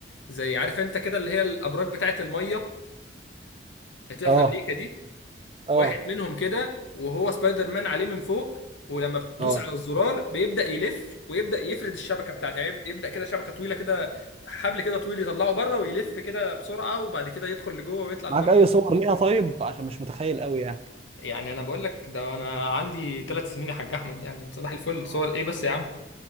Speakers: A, on the left; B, on the right.
A: زي عارف انت كده اللي هي الابراج بتاعه الميه اللي بتبقى
B: اه
A: في امريكا دي
B: اه
A: واحد منهم كده وهو سبايدر مان عليه من فوق ولما بتدوس
B: اه
A: على الزرار بيبدأ يلف ويبدأ يفرد الشبكة بتاعته يعني يبدأ كده شبكة طويلة كده حبل كده طويل يطلعه بره ويلف كده بسرعة وبعد كده يدخل لجوه ويطلع لبره
B: معاك اي صور ليها طيب عشان مش متخيل قوي يعني
A: يعني انا بقول لك ده انا عندي ثلاث سنين يا حاج احمد يعني صباح الفل
B: آه.
A: صور ايه بس يا عم